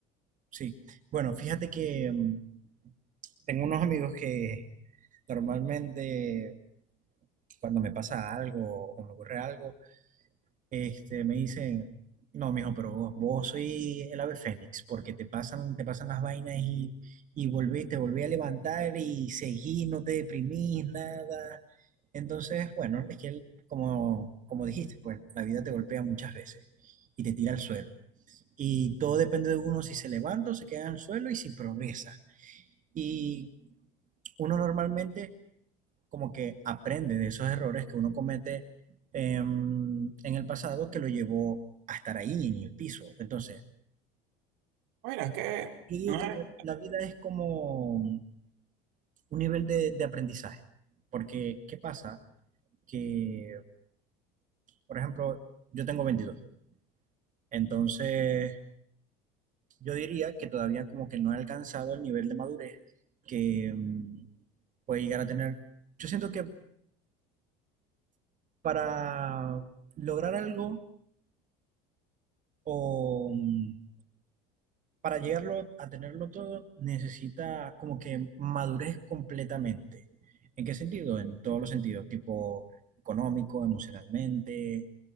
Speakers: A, on the right (about 40°); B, on the right (about 75°).
A: sí, bueno, fíjate que mm, tengo unos amigos que normalmente cuando me pasa algo o me ocurre algo, este, me dicen, no, mijo, pero vos, vos soy el ave fénix, porque te pasan, te pasan las vainas y, y volví, te volví a levantar y seguí, no te deprimís, nada. Entonces, bueno, es que él, como, como dijiste, pues la vida te golpea muchas veces y te tira al suelo. Y todo depende de uno si se levanta o se queda en el suelo y si progresa. Y uno normalmente como que aprende de esos errores que uno comete em, en el pasado que lo llevó a estar ahí en el piso. Entonces,
B: Mira, es que
A: yo digo
B: no
A: que
B: es-
A: la, la vida es como un nivel de, de aprendizaje, porque ¿qué pasa? Que, por ejemplo, yo tengo veintidós entonces yo diría que todavía como que no he alcanzado el nivel de madurez que em, puede llegar a tener. Yo siento que para lograr algo o em, para llegarlo a tenerlo todo, necesita como que madurez completamente. ¿En qué sentido? En todos los sentidos, tipo económico, emocionalmente,